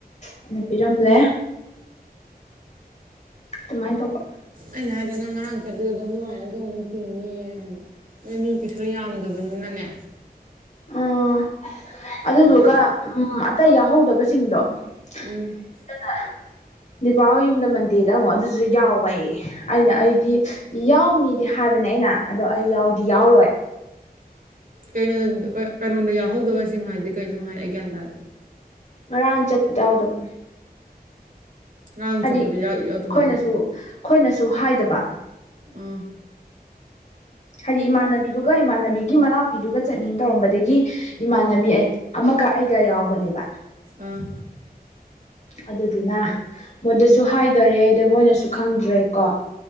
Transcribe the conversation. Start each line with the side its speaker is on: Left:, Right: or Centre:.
Left: ꯑꯩꯅ ꯄꯤꯔꯝꯂꯦ ꯗꯨꯃꯥꯏꯅ ꯇꯧꯕ
Right: ꯑꯩꯅ ꯍꯥꯏꯗ꯭ꯔꯅꯪ ꯉꯔꯥꯡ ꯆꯠꯂꯤꯗꯣ ꯑꯗꯨꯝ ꯑꯗꯨꯃꯥꯏꯅ ꯑꯗꯨꯝ ꯑꯃꯨꯛ ꯇꯤꯡꯅꯤꯌꯦ ꯍꯥꯏ ꯃꯤ ꯀꯩꯁꯨ ꯌꯥꯝꯗꯕꯅꯤꯅꯅꯦ
Left: ꯑꯥ ꯑꯗꯨꯗꯨꯒ
Right: ꯑꯗꯨ
Left: ꯎꯝ ꯑꯇꯩ ꯌꯥꯎꯍꯧꯗꯕꯁꯤꯡꯗꯣ ꯑꯗꯨꯅ
Right: ꯎꯝ <inaudible>
Left: ꯗꯤꯄꯥ ꯍꯣꯏ ꯌꯨꯝꯗ ꯃꯟꯗꯦꯗ ꯑꯃꯨꯛ ꯑꯗꯨꯁꯨ ꯌꯥꯎꯋꯣꯌꯦ ꯑꯩꯅ ꯑꯩꯗꯤ ꯌꯥꯎꯅꯤꯗꯤ ꯍꯥꯏꯕꯅꯦ ꯑꯩꯅ ꯑꯗꯣ ꯑꯩ ꯌꯥꯎꯗꯤ
Right: ꯎꯝ
Left: ꯌꯥꯎꯔꯣꯏ
Right: ꯀꯩꯅꯣ ꯀꯩꯅꯣꯗ ꯌꯥꯎꯍꯧꯗꯕꯁꯤꯡ ꯍꯥꯏꯗꯤ ꯀꯩꯅꯣ ꯅꯪ ꯍꯥꯏꯗꯤ ꯑꯩ ꯒ꯭ꯌꯥꯟ ꯇꯥꯗꯦ
Left: ꯉꯔꯥꯡ ꯆꯠꯄꯗ ꯌꯥꯎꯗꯕ
Right: ꯉꯔꯥꯡ
Left: ꯍꯥꯏꯗꯤ
Right: ꯆꯠꯄꯗ ꯌꯥꯎ ꯌꯥꯎꯗꯕ
Left: ꯑꯈꯣꯏꯅꯁꯨ
Right: ꯍꯥꯏꯗꯤ
Left: ꯑꯈꯣꯏꯅꯁꯨ ꯍꯥꯏꯗꯕ
Right: ꯎꯝ
Left: ꯍꯥꯏꯗꯤ ꯏꯃꯥꯟꯅꯕꯤꯗꯨꯒ ꯏꯃꯥꯟꯅꯕꯤꯒꯤ ꯃꯅꯥꯎꯄꯤꯗꯨꯒ ꯆꯠꯅꯤꯅ ꯇꯧꯔꯝꯕꯗꯒꯤ ꯏꯃꯥꯟꯅꯕꯤ
Right: ꯎꯝ
Left: ꯑꯃꯒ ꯑꯩꯒ ꯌꯥꯎꯕꯅꯦꯕ
Right: ꯑꯥ
Left: ꯑꯗꯨꯗꯨꯅ ꯃꯣꯏꯗꯁꯨ ꯍꯥꯏꯗ꯭ꯔꯦ ꯑꯗꯩ ꯃꯣꯏꯅꯁꯨ ꯈꯪꯗ꯭ꯔꯦꯀꯣ